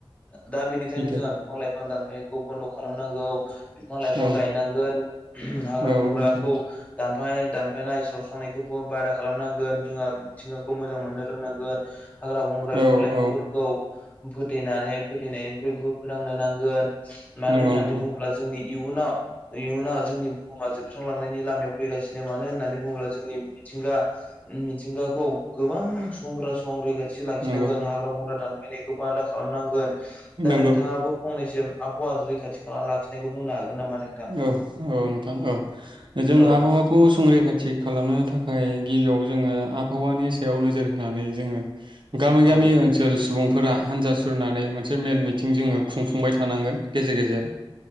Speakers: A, on the left; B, on the right.
A: दा बेनिखायनो
B: सैथो
A: जोंहा बिफां-लाइफां दानफायनायखौ बन्द' खालामनांगौ बिफां-लाइ बिफां
B: औ
A: गायनांगोन हाग्रा
B: औ
A: बंग्राखौ
B: नोंथां
A: दानफाय दानफायनाय साव नायखौबो ब' बारा खालामनांगोन जोंहा मिथिंगाखौ मोजां मोननो रोंनांगोन। गोन हाग्रा बंग्रा बिफां-लाइफांफोरखौ
B: औ औ
A: फोथेनानै फोथैनायनिख्रुबो फोरोंनो नांगोन मानो
B: नंगौ
A: होननानै
B: नोंथां
A: बुङोब्ला जोंनि इयुनाव इयुनाव जोंनि बुहुमा जोबस्रांलांनायनि लामायाव फैगासिनो मानो होननानै बुङोब्ला जोंनि मिथिंगा ओम मिथिंगाखौ गोबां सुबुंफोरा संरैखा थि लाखिनांगोन
B: नंगौ
A: हाग्रा बंग्रा दानफायनायखौ बादा खालामनांगोन दा
B: नंगौ
A: नोंथाङाबो फंनै सिम आबहावा रैखाथि खालामना लाखिनायखौ बुंनो हागोन नामा? नोंथां?
B: औ औ नोंथां औ जों
A: औ
B: आबहावाखौ संरैखाथि खालामनो था खाय गिबियाव जोङो आबहावानि सायाव नोजोर होनानै जोङो गामि
A: औ
B: गामि ओनसोल सुबुंफोरा हान्जा सुरनानै मोनसे मेल मिथिं जोङो खुंफुंबाय थानांगोन गेजेर गेजेर